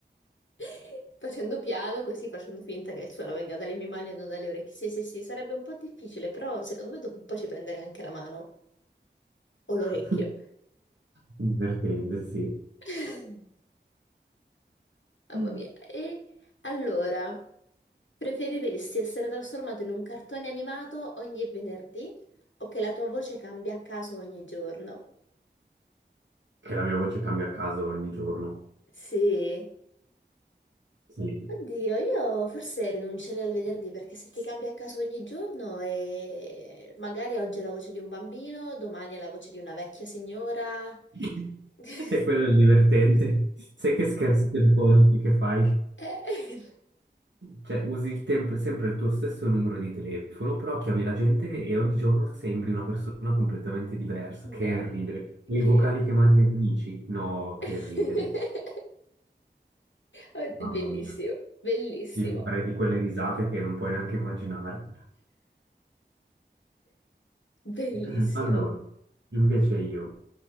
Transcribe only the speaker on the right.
<laughs>
Divertente, sì.
Mm.
Che la mia voce cambia a caso ogni giorno.
Sì.
<laughs>
E quello è il divertente. Sai che scherzi telefonici che fai?
Cioè, usi il temp- sempre il tuo stesso numero di telefono, però chiami la gente e ogni giorno sembri una persona completamente diversa.
Che ridere. O
i vocali che mandi agli amici? No, che
ridere.
Mamma
mia.
Sì, mi farei di quelle risate che non puoi neanche immaginare.
<clears throat> Allora, invece io